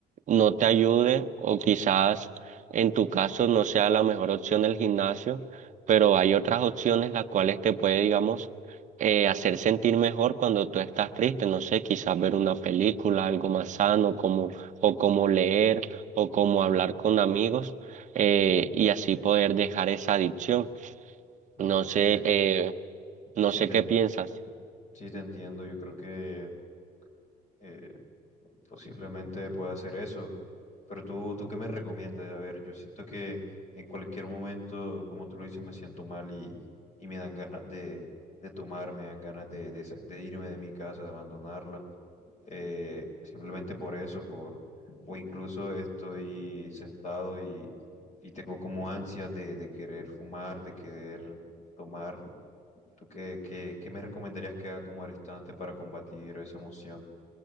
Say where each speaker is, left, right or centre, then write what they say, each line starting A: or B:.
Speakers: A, on the right (about 45°); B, on the left (about 45°).
A: no te ayude o quizás en tu caso no sea la mejor opción el gimnasio, pero hay otras opciones las cuales te puede, digamos, eh, hacer sentir mejor cuando tú estás triste. No sé, quizás ver una película, algo más sano, como, o como leer, o como hablar con amigos, eh, y así poder dejar esa adicción.
B: No,
A: No
B: Ok,
A: sé,
B: te-
A: eh, no
B: sí
A: sé
B: te,
A: qué
B: en-
A: piensas.
B: sí te entiendo. Yo creo que eh, posiblemente pueda hacer eso. Pero tú, ¿tú qué me recomiendas? A ver, yo siento que en cualquier momento, como tú lo dices, me siento mal y, y me dan ganas de, de tomar, me dan ganas de, de, sa- de irme de mi casa, de abandonarla. eh, simplemente por eso, por, o incluso estoy sentado y tengo como ansias de, de querer fumar, de querer tomar. ¿Tú qué, qué, qué me recomendarías que haga como al instante para combatir esa emoción?